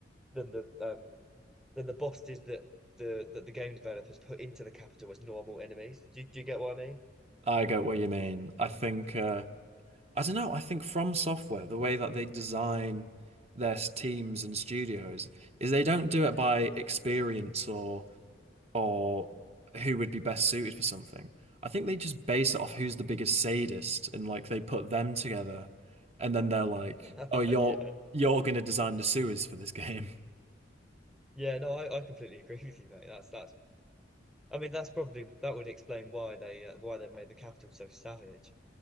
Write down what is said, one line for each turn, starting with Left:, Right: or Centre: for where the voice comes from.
Centre: than the um than the bosses that the that the game developers put into the capital as normal enemies. Do, you- do you get what I mean?
Right: I get what you mean. I think uh, I don't know. I think From Software, the way that they design their s- teams and studios is they don't do it by experience or or who would be best suited for something. I think they just base it off who's the biggest sadist and like they put them together and then they're like,
Centre: <laughs>
Right: "Oh, you're
Centre: Yeah,
Right: you're gonna design the sewers for this <laughs> game."
Centre: yeah, no, I, I completely agree with you, mate. That's that's. I mean, that's probably that would explain why they uh, why they made the capital so savage.